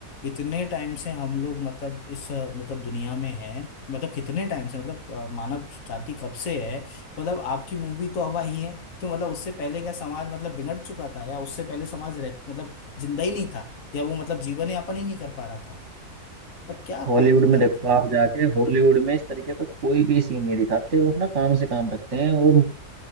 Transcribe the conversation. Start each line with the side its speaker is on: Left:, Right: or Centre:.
Left: इतने टाइम से हम लोग मतलब इस अ, मतलब दुनिया में हैं मतलब कितने टाइम से मतलब अ, मानव जाति कब से है मतलब आपकी मूवी तो अब आई है तो मतलब उससे पहले क्या समाज मतलब बिगड़ चुका था या उससे पहले समाज रह मतलब जिंदा ही नहीं था या वो मतलब जीवन यापन ही नहीं कर पा रहा था तब क्या
Right: हॉलीवुड
Left: फालतू
Right: में
Left: तर्क
Right: देखो आप जाके हॉलीवुड में इस तरीके का कोई भी सीन नहीं दिखाते वो अपना काम से काम रखते हैं वो